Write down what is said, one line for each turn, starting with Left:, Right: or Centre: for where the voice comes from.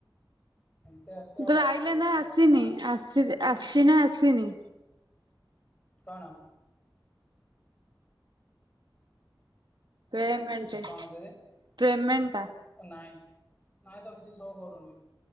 Left: ଏମିତି ଆସୁଛି ଆଉ
Right: ତୋର
Left: କଣ
Right: ଆଇଲା
Left: କରିବି
Right: ନା
Left: ଜାଣିପାରୁନି
Right: ଆସିନି
Left: ଆ
Right: ଆସି ଆସିଚି ନା ଆସିନି?
Left: କଣ?
Right: ପେମେଣ୍ଟ।
Left: କଣ ଦିଦି
Right: ପେମେଣ୍ଟ ଟା
Left: ନାଇଁ ନାଇଁ ତ କିଛି ଶୋ କରୁନି।